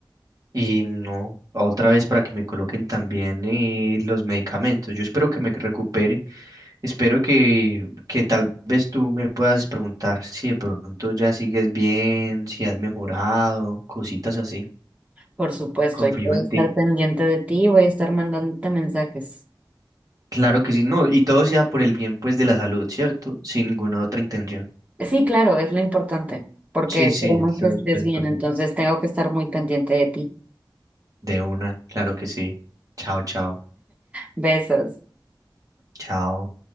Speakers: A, on the right; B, on the right.
A: Y no, otra vez para que me coloquen también eh, los medicamentos. Yo espero que me recupere. Espero que, que tal vez tú me puedas preguntar si de pronto ya sigues bien, si has mejorado, cositas así.
B: Por supuesto,
A: Confío
B: yo voy
A: en
B: a estar
A: ti.
B: pendiente de ti y voy a estar mandándote mensajes.
A: Claro que sí, no, y todo sea por el bien pues de la salud, ¿cierto? Sin ninguna otra intención.
B: Sí, claro, es lo importante, porque
A: Sí, sí,
B: queremos
A: entonces,
B: que estés
A: pues,
B: bien,
A: perdón.
B: entonces tengo que estar muy pendiente de ti.
A: De una, claro que sí. Chao, chao.
B: Besos.
A: Chao.